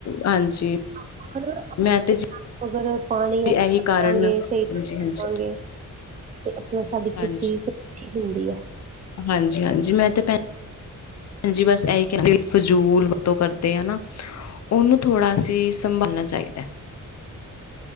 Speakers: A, on the left; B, on the right.
A: ਹਾਂਜੀ।
B: <inaudible>
A: ਮੈਂ ਤੇ ਜੀ
B: ਅਗਰ ਪਾਣੀ ਅੱਛਾ
A: ਇਹੀ
B: ਲਾਂਗੇ
A: ਕਾਰਨ ਹਾਂਜੀ,
B: ਸਈ <unintelligible>
A: ਹਾਂਜੀ,
B: ਤੇ ਅਪਨਾ ਸਾਡੀ
A: ਹਾਂਜੀ।
B: ਖੇਤੀ <unintelligible> ਹੁੰਦੀ ਐ
A: ਹਾਂਜੀ ਹਾਂਜੀ ਮੈਂ ਤੇ ਭੈਣ ਜੀ ਬਸ ਐਈ ਕੈ ਫਜੂਲ ਵਰਤੋਂ ਕਰਦੇ ਆਂ ਨਾ ਓਨੂੰ ਥੋੜਾ ਸੀ ਸੰਭਲਨਾ ਚਾਈਦੈ